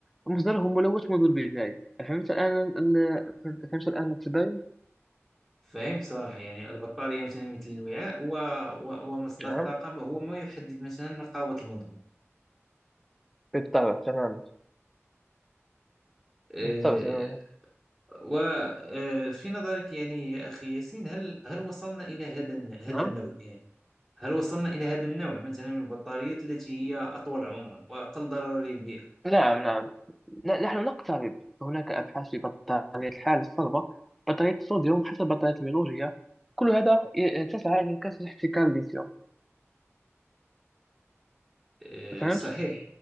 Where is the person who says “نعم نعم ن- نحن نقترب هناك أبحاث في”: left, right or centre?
Centre